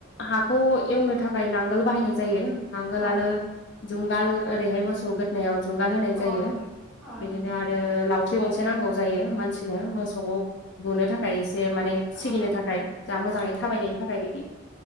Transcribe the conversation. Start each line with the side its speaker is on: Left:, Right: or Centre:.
Left: हाखौ एवनो थाखाय नांगोल बाहायनाय जायो। नांगोल
Centre: अ
Left: आलो जुगाल ओरैहाय मोसौ गोदनायाव जुंगान होनाय
Centre: अ
Left: जायो
Centre: अ नोंथां अ
Left: बिदिनो आरो लावथि गंसे नांगौ जायो। मानसिनो मोसौखौ बुनो थाखाय एसे माने
Centre: अ
Left: सिगिनो थाखाय जों मोजाङै थाबायनायनि थाखाय बिदि